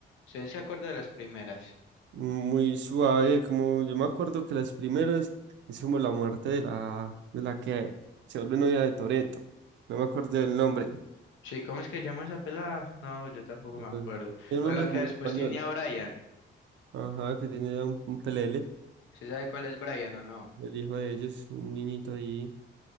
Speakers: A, on the left; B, on the right.
A: ¿Usted se acuerda de las primeras?
B: Muy suave, como yo me acuerdo que las primeras es como la muerte de la, de la que se vuelve novia de Toreto No me acuerdo del nombre.
A: Sí, ¿cómo es que llama esa pelada? No, yo tampoco
B: Ujú.
A: me acuerdo.
B: Tiene
A: Con
B: un nombre
A: la que
B: como
A: después
B: en español.
A: tiene a Brian.
B: Ajá, que tiene ya un, un pelele,
A: ¿Usted sabe cuál es Brian o no?
B: el hijo de ellos, un niñito ahí.